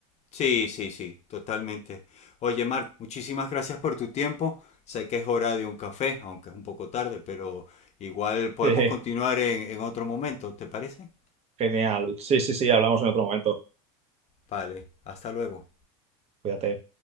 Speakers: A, on the left; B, on the right.
A: Sí, sí, sí, totalmente. Oye, Marc, muchísimas gracias por tu tiempo. Sé que es hora de un café, aunque es un poco tarde, pero igual podemos
B: <laughs>
A: continuar en, en otro momento, ¿te parece?
B: Genial. Sí, sí, sí, hablamos en otro momento.
A: Vale, hasta luego.
B: Cuídate.